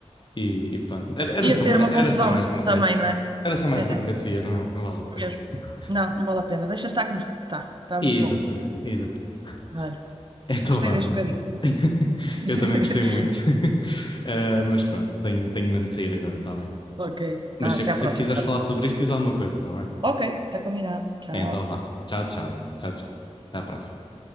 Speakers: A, on the left; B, on the right.
A: E, e pronto. Era, era
B: Ia
A: só
B: ser
A: mais,
B: uma
A: era
B: confusão
A: só mais democracia.
B: também, não é?
A: Era só mais
B: É,
A: burocracia, não, não vale a pena.
B: mesmo.
A: <laughs>
B: Não, não vale a pena. Deixa estar como está. Está
A: Exatamente,
B: muito bom.
A: exatamente.
B: Olha,
A: <laughs> É Tobão
B: gostei deste
A: nisso.
B: bocadinho. Foi fixe.
A: <laughs>
B: <laughs>
A: Eu também gostei muito. <laughs> Ah, mas pronto, tenho, tenho mesmo de sair agora, tá bem?
B: Ok. Tá,
A: Mas sempre,
B: até à
A: sempre
B: próxima,
A: quiseres
B: então.
A: falar sobre isto, diz alguma coisa, tá bem?
B: Ok, tá combinado. Tchau.
A: Então vá. Tchau, tchau, Inês. Tchau, tchau. Até à próxima.